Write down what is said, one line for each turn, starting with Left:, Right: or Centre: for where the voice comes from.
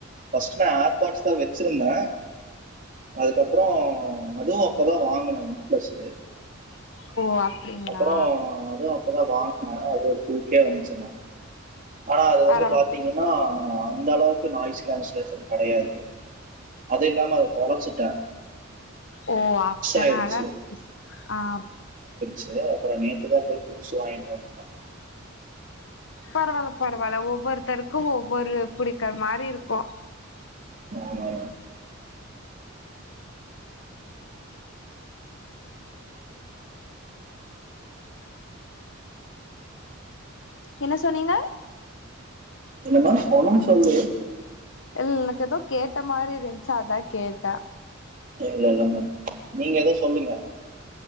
Right: பஸ்ட் நா ஆர்பா்ட்ஸ்தா வேச்சிருந்த அதுக்கப்றோ அதுவும் அப்பதா வாங்கனோ ஒன் ப்ளஸ்சு
Left: <inaudible> அப்டிங்களா
Right: அப்புறோ அதும் அப்பதா வாங்கின அது ஒரு டூ கே வந்துச்சுனா ஆனா அது
Left: பரவா
Right: வந்து பாத்தீங்கன்னா அந்த அளவுக்கு நாய்ஸ் கேன்சலேஷன் கெடையாது அது இல்லாம அத தொலைச்சிட்ட
Left: ஓ ஆப்தனால
Right: ஆயிடுச்சு
Left: ஸ் ஆஹ்
Right: சேரி அப்புறோ நேத்துதா போய் புதுசு வாங்கிட்டு வந்ட்ட
Left: பரவால்ல பரவா ல்ல ஒவ்வொருத்தருக்கு ஒவ்வொரு புடிக்கிற மாரி இருக்கு
Right: ஆமா
Left: என்ன சொன்னீங்க
Right: என்னம்மா ஒண்ணும் சொல்லியே
Left: இல் எனக்கு எதோ கேட்ட மாரி இருந்துச்சு அதா கேட்ட
Right: இல்ல இல்லம்மா நீங்க எதோ சொல்லுங்க